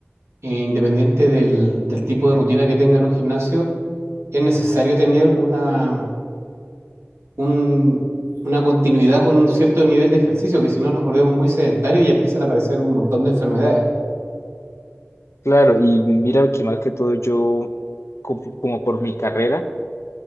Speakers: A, on the right; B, on the left.
A: e independiente del, del tipo de rutina que tenga en un gimnasio, es necesario tener una, un- una continuidad con un cierto nivel de ejercicio, que si no nos volvemos muy sedentarios y empiezan a aparecer un montón de enfermedades.
B: Claro, y mira que más que todo yo, co- como por mi carrera,